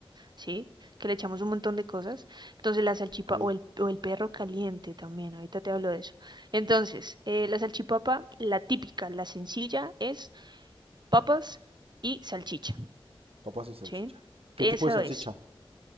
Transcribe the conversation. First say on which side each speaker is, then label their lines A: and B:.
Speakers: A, on the right; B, on the right.
A: ¿sí? Que le echamos un montón de cosas. Entonces la salchipapa
B: Ok.
A: o el, o el perro caliente también, ahorita te hablo de eso. Entonces, eh, la salchipapa, la típica, la sencilla, es papas y salchicha,
B: Papas y salchicha.
A: ¿sí?
B: ¿Qué
A: Eso
B: tipo de salchicha?
A: es.